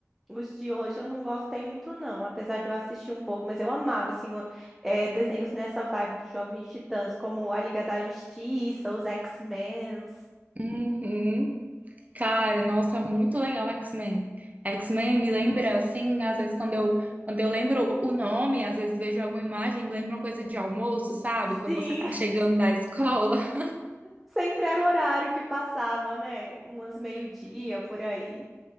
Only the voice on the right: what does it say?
Uhum. Cara, nossa, muito legal X-Men. X-Men me lembra, assim, às vezes quando eu, quando eu lembro o nome, às vezes vejo alguma imagem, me lembra uma coisa de almoço, sabe?
Quando você tá chegando da escola. <laughs>